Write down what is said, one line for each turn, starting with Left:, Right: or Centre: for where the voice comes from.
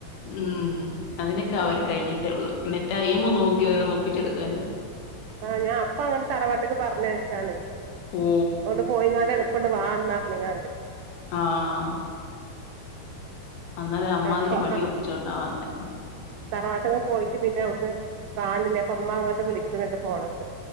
Left: ഉം അതിനൊക്കെ അവരെ കഴിഞ്ഞിട്ടേ ഉള്ളൂ എന്നി ടൈം നോക്കിയവരങ്ങു ഒപ്പിച്ചു എടുക്കാൻ
Right: ആഹ് ഞാൻ അപ്പ അങ്ങോട്ട് തറവാട്ട്ക്ക് പറഞ്ഞയച്ചതാണ്
Left: ഓ
Right: ഒന്ന് പോയി ഇങ്ങട്ട് എളു കൊണ്ട് വാ എന്നും പറഞ്ഞും കൊണ്ട്
Left: ആഹ് അന്നല് അമ്മാതിരി
Right: അപ്പൊ
Left: പണിയ ഒപ്പിച്ചോണ്ടാ വന്നേ
Right: തറവാട്ടക്കെ പോയിട്ട് പിന്നെ അവിടുന്ന് കാണില്ല അപ്പൊ അമ്മ അങ്ങോട്ട് വിളിക്കുന്നുണ്ട് ഫോണെടുത്തു